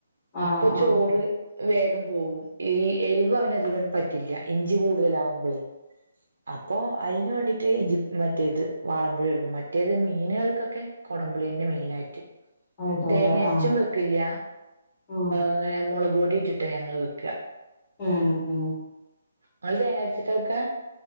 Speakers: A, on the left; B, on the right.
A: ആ
B: അപ്പൊ ചോറ്
A: ആ
B: വേഗം പോവും ഈ എരിവ് അവനധികം പറ്റില്ല ഇഞ്ചി കൂടുതലാവുമ്പളേ അപ്പൊ അയിന് വേണ്ടിട്ട് ഇഞ്ചി മറ്റേത് വാളംപൊളി എടുക്കും മറ്റേത് മീനുകൾക്കൊക്കെ കുടംപുളിന്നെ മെയിനായിട്ട്
A: ഇടുംല്ലേ
B: തേങ്ങ അരച്ചും
A: ആഹ്
B: വെ ഇല്ല്യ
A: ഉം
B: ഇങ്ങനെ മുളകപൊടിട്ടിട്ടാ ഞങ്ങൾ വെക്ക
A: ഉം ഉം
B: ഇങ്ങൾ തേങ്ങരിച്ചിട്ടാ വെക്കാ